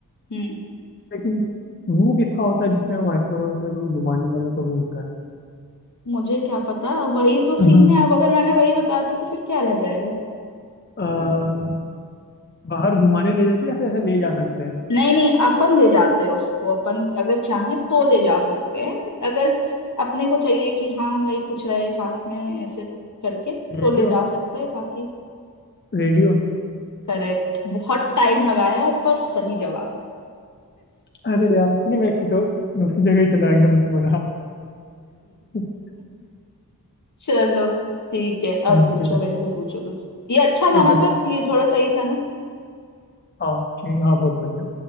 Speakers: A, on the left; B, on the left.
A: हम्म
B: लेकिन वो किसका होता है जिसमें माइक्रोवेव में लोग घुमाने वाला तो वो होता है
A: मुझे क्या पता वही तो सीन
B: <laughs>
A: है अब अगर मैंने वही बता दिया तो फिर क्या रह जाएगा
B: अ, बाहर घुमाने ले जाते हैं या फिर ऐसे ले जा सकते हैं
A: नहीं नहीं अपन ले जाते हैं उसको अपन अगर चाहें तो ले जा सकते हैं अगर अपने को चाहिए कि हाँ भाई कुछ रहे साथ में ऐसे करके
B: रेडियो
A: तो ले जा सकते हैं बाकी
B: रेडियो
A: करेक्ट बहुत टाइम लगाया है, पर सही जवाब
B: अरे यार नहीं मैं कुछ और दूसरी जगह ही चला गया मैं बोला <laughs>
A: चलो ठीक है
B: हम्म,
A: अब पूछो
B: ठीक है
A: मेरे से पूछो कुछ ये अच्छा था
B: ठीक
A: ना
B: है
A: पर ये थोड़ा सही था ना
B: हाँ ठीक हाँ बहुत बढ़िया